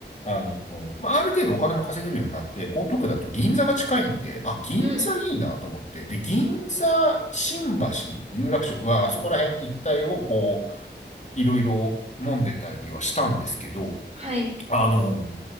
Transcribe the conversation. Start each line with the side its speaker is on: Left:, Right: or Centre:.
Left: あの、まあ、ある程度お金も稼げるようになって、江東区だと銀座が近いんで、あ、銀座いいなと思って、
Right: うん。
Left: で、銀座、新橋、有楽町、まあ、そこら辺一帯をこう、いろいろ飲んでたりはしたんですけど、
Right: はい。
Left: あの、